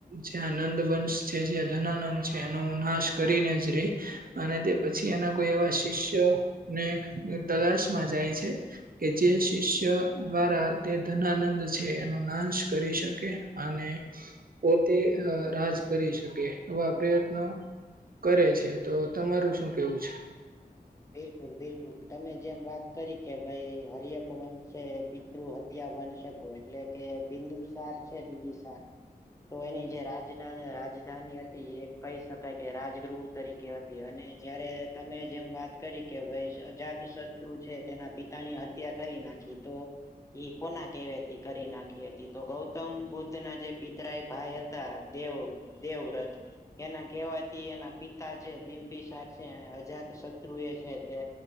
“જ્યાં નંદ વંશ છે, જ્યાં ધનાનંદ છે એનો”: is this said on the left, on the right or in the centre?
Right